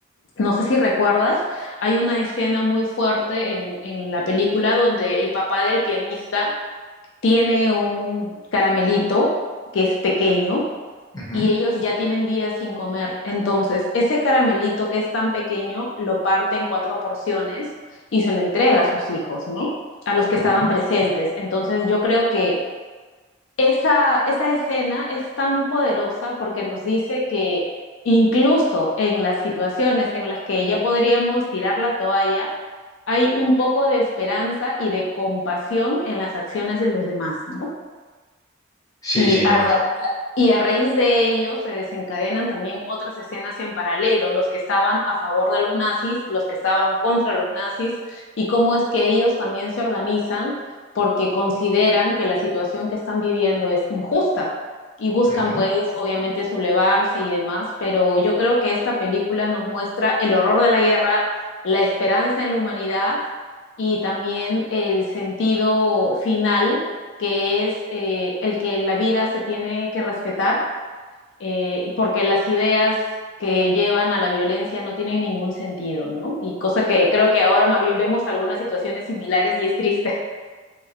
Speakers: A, on the left (about 65°); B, on the left (about 20°).
A: no sé si recuerdas, hay una escena muy fuerte en, en, la película donde el papá del pianista tiene un caramelito que es pequeño
B: ujú,
A: y ellos ya tienen días sin comer. Entonces, ese caramelito que es tan pequeño lo parte en cuatro porciones y se lo entrega a sus hijos, ¿no? A los que estaban
B: ujú.
A: presentes. Entonces, yo creo que esa, esa escena es tan poderosa porque nos dice que incluso en las situaciones en las que ya podríamos tirar la toalla, hay un poco de esperanza y de compasión en las acciones de los demás, ¿no?
B: Sí,
A: Y
B: sí, no
A: a, ra-
B: es.
A: a- y a raíz de ello se desencadenan también otras escenas en paralelo, los que estaban a favor de los nazis, los que estaban contra los nazis, y cómo es que ellos también se organizan porque consideran que la situación que están viviendo es injusta y buscan
B: ujú.
A: pues obviamente sublevarse y demás, pero yo creo que esta película nos muestra el horror de la guerra, la esperanza en la humanidad y también el sentido final que es eh, el que la vida se tiene que respetar, eh, porque las ideas que llevan a la violencia no tienen ningún sentido, ¿no? Y cosa que creo que ahora más bien vemos algunas situaciones similares y es triste. <laughs>